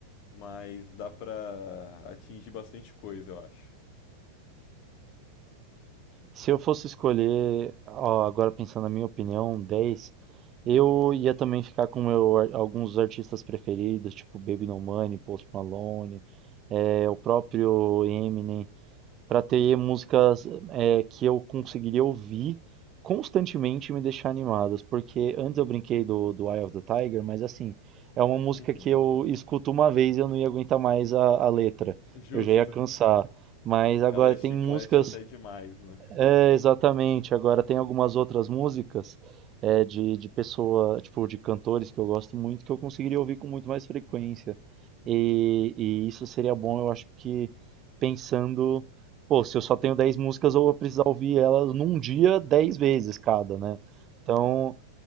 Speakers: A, on the left; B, on the right.
A: mas dá pra atingir bastante coisa, eu acho.
B: Se eu fosse escolher, ó, agora pensando na minha opinião, 10 eu ia também ficar com meu, ar- alguns artistas preferidos, tipo Baby No Money, Post Malone, é, o próprio Eminem, pra ter músicas é, que eu conseguiria ouvir constantemente e me deixar animadas. Porque antes eu brinquei do, do Eye of the Tiger, mas assim, é uma música
A: Uhum.
B: que eu escuto uma vez e eu não ia aguentar mais a, a letra,
A: Justo.
B: eu já ia cansar. Mas agora
A: Ela é chiclete
B: tem músicas.
A: até demais, né?
B: É, exatamente. Agora tem algumas outras músicas é, de, de pessoa, tipo, de cantores que eu gosto muito, que eu conseguiria ouvir com muito mais frequência. E, e isso seria bom, eu acho que pensando, pô, se eu só tenho 10 músicas, eu vou precisar ouvir elas num dia 10 vezes cada, né? Então,